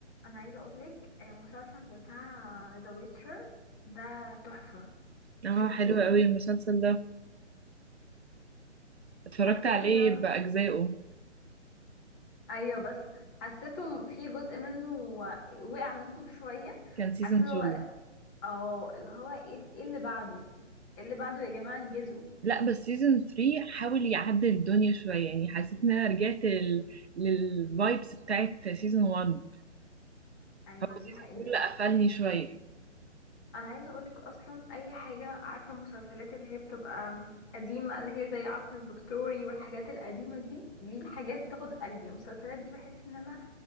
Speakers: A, on the left; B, on the right.
A: انا عايزه اقولك آه، مسلسل بتاع ذا ويتشر ده تحفه
B: اه
A: شفتيه
B: حلو قوي المسلسل ده اتفرجت
A: حسيت
B: عليه
A: ان انا
B: بأجزائه
A: ايوه بس حسيته م- في جزء منه وقع منهم <laughs> شويه
B: كان سيزون
A: حسيت
B: 2
A: هو اه اللي هو ايه إيه اللي بعده إيه اللي بعده يا جماعه انجزوا
B: لا بس سيزون 3 حاول يعدل الدنيا شوية يعني حسيت ان انا رجعت لل... للفايبس بتاعت سيزون 1
A: ايوه
B: هو
A: دي
B: سيزون
A: حقيقه
B: 2 اللي قفلني شوية
A: انا عايزه اقولك اصلا اي حاجه عارفه المسلسلات اللي هي بتبقى قديمه اللي هي زي عصر الفيكتوري والحاجات القديمه دي دي حاجات بتاخد قلبي المسلسلات دي بحس ان انا